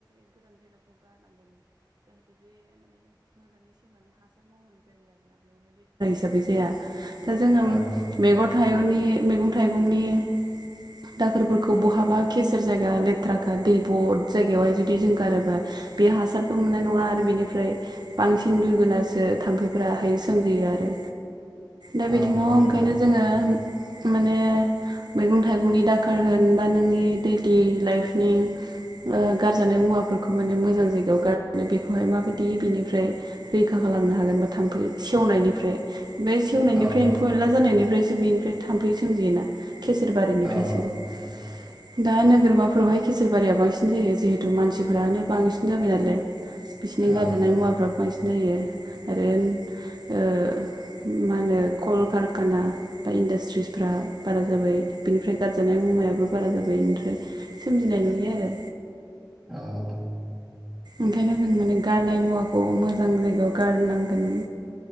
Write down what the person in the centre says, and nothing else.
औ
औ नंगौ
औ
औ
औ
औ